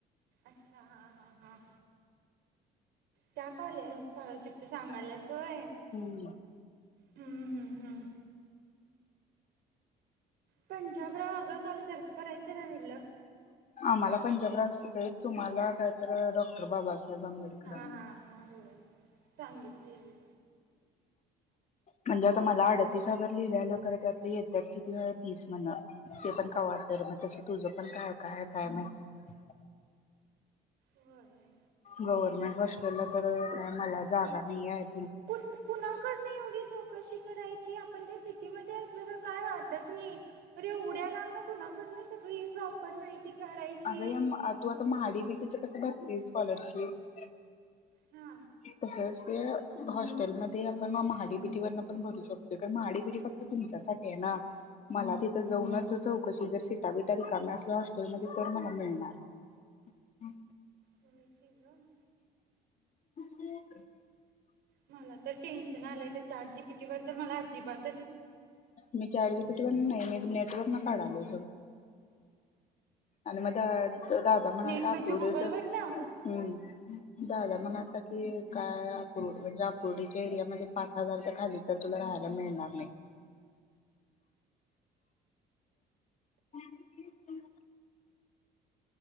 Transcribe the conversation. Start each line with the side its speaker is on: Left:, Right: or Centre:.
Right: अच्छा हा हा हा त्या कॉलेस स्कॉलरशिप च सांगाल्यास होय.
Left: हम्म.
Right: हम्म हम्म हम्म पंजाबराव अगं काल सर्च करायचं राहिलं.
Left: आम्हाला पंजाबराव असतील त्यावेळी तूम्हाला काय तर डॉ बाबासाहेब आंबेडकर
Right: हा
Left: असतंय.
Right: हा हा हो सांगितलीस.
Left: मला अठठतीस हजार लिहिलेलं खरं त्यातलं येत्यात किती तीस म्हणं ते पण कव्हां तर तसं तूझं पण काय काय आहे काय नाहीत?
Right: होय
Left: गव्हर्मेंट हॉस्टेलला तर काय मला जागा वाहियात.
Right: कुठं कुणाकडन एवढी चौकशी करायची आपण त्या सिटीमध्ये अस मला काय वाटत नाही. अरे येवड्या लांबन कुनाकडन? सगळी प्रॉपर <unintelligible> काढायची
Left: अगं या तु <unintelligible> कसली स्कॉलरशिप?
Right: हा
Left: तसंच ते हाॅस्टेलमध्ये आपण महाडी बीडीवरन पण भरू शकतोय पण महाडी बीडी फक्त तुमच्यासाठी आहे ना मला तिथं जाऊनच चौकशी जर शिटा बिटा रिकाम्या असल्या हॉस्टेलमध्ये तर मला मिळणार
Right: होय की गं
Left: <unintelligible>
Right: मला तर टेन्शन आलंय! ते चाट जीपीटी वर तर मला अजिबात
Left: मी चाट जी पी टी वरण नाही नेट वरण काढालोय. आणि म त्या दादा म्हणालता
Right: नेट म्हणजे
Left: आकुर्डीत
Right: गुगलवर
Left: हम‌्
Right: ना
Left: दादा म्हणालता की काय आकुरडे म्हणजे आकुरडीच्या च्या एरियामध्ये पाच हजार च्या खाली तर तूला राहायला मिळणार नाही. हम्